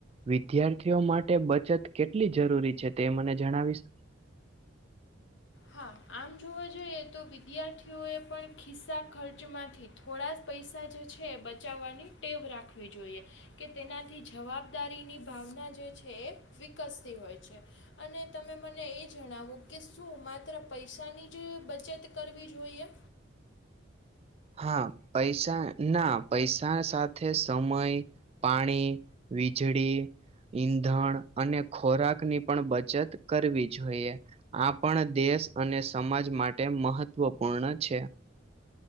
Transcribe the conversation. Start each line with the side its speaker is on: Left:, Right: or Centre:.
Right: વિદ્યાર્થીઓ માટે બચત કેટલી જરૂરી છે તે મને જણાવી
Left: હા આમ જોવા જઈએ તો વિદ્યાર્થીઓએ પણ ખિસ્સા ખર્ચમાંથી થોડા પૈસા જે છે એ બચાવવાની ટેવ રાખવી જોઈએ. કે તેનાથી જવાબદારીની ભાવના જે છે એ વિકસતી હોય છે. અને તમે મને એ જણાવો કે શું માત્ર પૈસાની જ બચત કરવી જોઈએ.
Right: હા પૈસા ના પૈસા સાથ. સાથે સમય પાણી વીજળી ઈંધણ અને ખોરાક ની પણ બચત કરવી જોઈએ. આપણ દેશ અને સમાજ માટે મહત્વપૂર્ણ છે.